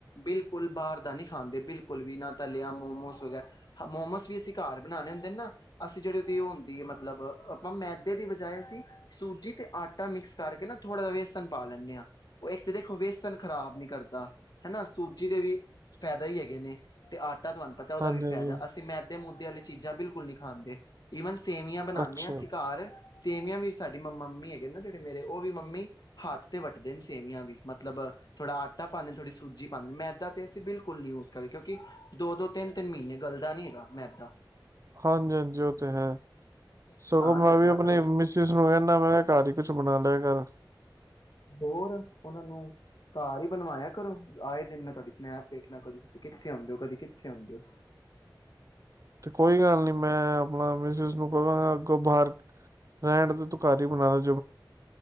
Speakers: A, on the left; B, on the right.
A: ਬਿਲਕੁਲ ਬਾਹਰ ਦਾ ਨਹੀਂੀ ਖਾਂਦੇ ਬਿਲਕੁਲ ਵੀ ਨਾ ਤਾਂ ਲਿਆ ਮੋਮੋਸ ਵਗੈਰਾ ਮੋਮੋਸ ਵੀ ਅਸੀਂ ਘਰ ਬਣਾਉਣੇ ਹੁੰਦੇ ਨਾ ਅਸੀਂ ਜਿਹੜੇ ਉਹਦੀ ਉਹ ਹੁੰਦੀ ਹੈ ਮਤਲਬ ਆਪਾਂ ਮੈਦੇ ਦੀ ਬਜਾਏ ਅਸੀਂ ਸੂਜੀ ਤੇ ਆਟਾ ਮਿਕਸ ਕਰਕੇ ਨਾ ਥੋੜ੍ਹਾ ਜ ਵੇਸਨ ਪਾ ਲੈਂਦੇ ਹਾਂ ਉਹ ਇੱਕ ਤਾਂ ਦੇਖੋ ਵੇਸਨ ਖਰਾਬ ਨੀ ਕਰਦਾ ਹੈਨਾ ਸੂਜੀ ਦੇ ਵੀ ਫਾਇਦਾ ਹੀ ਹੈਗੇ ਨੇ ਤੇ ਆਟਾ ਤੁਹਾਨੂੰ ਪਤਾ ਉਹਦਾ
B: ਹਾਂਜੀ
A: ਫਾਇਦਾ
B: ਹਾਂਜੀ
A: ਅਸੀਂ ਮੈਦੇ ਮੁਦੇ ਵਾਲੇ ਚੀਜ਼ਾਂ ਬਿਲਕੁਲ ਨਹੀਂੀ ਖਾਣਦੇ ਈਵਨ ਸੇਵੀਆਂ ਬਣਾਉਦੇ
B: ਅੱਛਾ
A: ਹਾਂ ਅਸੀਂ ਘਰ ਸੇਵੀਆਂ ਵੀ ਸਾਡੀ ਮੰਮਾ ਮੰਮੀ ਹੈਗੇ ਨਾ ਜਿਹੜੇ ਮੇਰੇ ਉਹ ਵੀ ਮੰਮੀ ਹੱਥ ਤੇ ਵੱਟਦੇ ਨੇ ਸੇਵੀਆਂ ਵੀ ਮਤਲਬ ਥੋੜਾ ਆਟਾ ਪਾਉਂਦੇ ਨੇ ਥੋੜੀ ਸੂਜੀ ਪਾਉਂਦੇ ਨੇ ਮੈਦਾ ਤੇ ਅਸੀਂ ਬਿਲਕੁਲ ਨੀ ਯੂਜ ਕਰੀ ਕਿਉਂਕਿ ਦੋ ਦੋ ਤਿੰਨ ਤਿੰਨ ਮਹੀਨੇ ਗਲਦਾ ਨੀ ਹੈਗਾ ਮੈਦਾ
B: ਹਾਂਜੀ ਹਾਂਜੀ ਉਹ ਤੇ ਹੈ
A: ਧਿਆਨ
B: ਸਗੋਂ ਮੈਂ
A: ਰੱਖਿਆ
B: ਵੀ ਆਪਣੀ
A: ਕਰੋ
B: ਮਿਸਿਸ ਨੂੰ ਕਹਿੰਦਾ ਮੈਂ ਘ ਹੀ ਕੁਛ ਬਣਾ ਲਿਆ ਹ
A: ਹੋਰ ਉਹਨਾਂ ਨੂੰ ਘਰ ਹੀ ਬਣਵਾਇਆ ਕਰੋ ਆਏ ਦਿਨ ਮੈਂ ਤੁਹਾਡੀ ਸਨੈਪ ਵੇਖਣਾ ਕਦੇ ਤੁਸੀਂ ਕਿੱਥੇ ਆਉਂਦੇ ਹੋ ਕਦੀ ਕਿੱਥੇ ਆਉਂਦੇ ਹੋ
B: ਤੇ ਕੋਈ ਗੱਲ ਨੀ ਮੈਂ ਆਪਣਾ ਮਿਸਿਸ ਨੂੰ ਕਹ ਅੱਗੋਂ ਬਾਹਰ ਰਹਿਣ ਤੇ ਤਕਾਰੀ ਬਣਾ ਲੋ